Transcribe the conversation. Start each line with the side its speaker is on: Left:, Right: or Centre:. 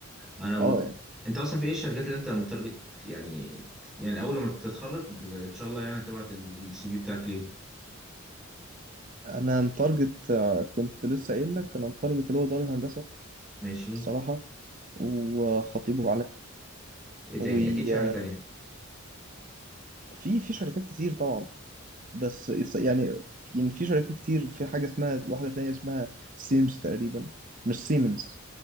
Centre: انا و...
Right: أه يعني
Centre: انت اصلا في ايه الشركات اللي انت متارجت يعني يعني اول ما تتخرج ان شاء الله يعني هتبعت السي في بتاعك ليهم
Right: أنا متارجت آه، كنت لسه قايل لك أنا متارجت اللي هو دار الهندسة
Centre: ماشي
Right: الصراحة وخطيبه
Centre: ايه تاني
Right: عالمي
Centre: اكيد في حاجه تانية
Right: في في شركات كتير طبعا بس it's- يعني يعني في شركات كتير في حاجة اسمها واحدة ثانية اسمها سيمز تقريبا مش سيمنز